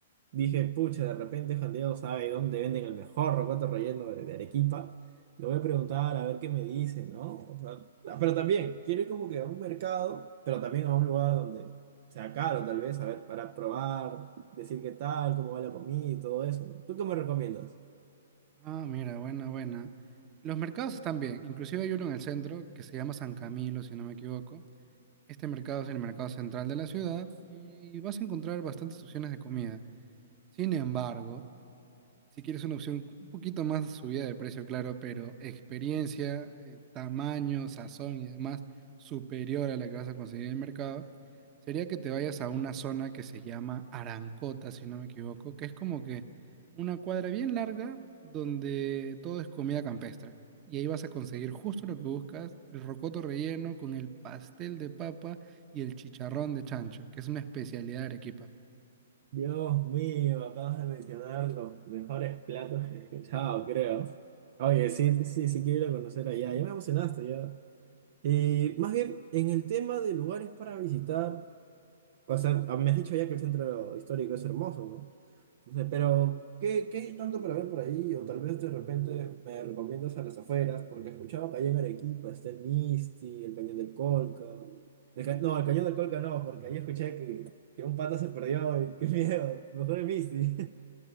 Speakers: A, on the right; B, on the right.
A: dije, pucha, de repente Juan Diego sabe dónde venden el mejor rocoto relleno de, de Arequipa. Le voy a preguntar a ver qué me dice, ¿no? O sea, ah, pero también, quiero ir como que a un mercado, pero también a un lugar donde sea caro, tal vez, a ver, para probar decir qué tal, cómo va la comida y todo eso, ¿no? ¿Tú qué me recomiendas?
B: Ah, mira, buena, buena. Los mercados están bien, inclusive hay uno en el centro que se llama San Camilo, si no me equivoco. Este mercado es el mercado central de la ciudad y vas a encontrar bastantes opciones de comida. Sin embargo, si quieres una opción un poquito más de subida de precio, claro, pero experiencia, eh, tamaño, sazón y demás superior a la que vas a conseguir en el mercado, sería que te vayas a una zona que se llama Arancota, si no me equivoco, que es como que una cuadra bien larga donde todo es comida campestre. Y ahí vas a conseguir justo lo que buscas, el rocoto relleno con el pastel de papa y el chicharrón de chancho, que es una especialidad de Arequipa.
A: Dios mío, acabas de mencionar los mejores platos que he escuchado, creo. Oye, sí, sí, sí, sí quiero ir a conocer allá, ya me emocionaste, ya. Y más bien, en el tema de lugares para visitar, O sea, ah, me has dicho ya que el centro histórico es hermoso, ¿no? Entonces, pero, ¿qué, qué hay tanto para ver por ahí? O tal vez de repente me recomiendas a las afueras, porque he escuchado que allá en Arequipa está el Misti, el Cañón del Colca. El ca- No, el Cañón del Colca no, porque ahí escuché que, que un pato se perdió y qué <laughs> miedo. Mejor el Misti.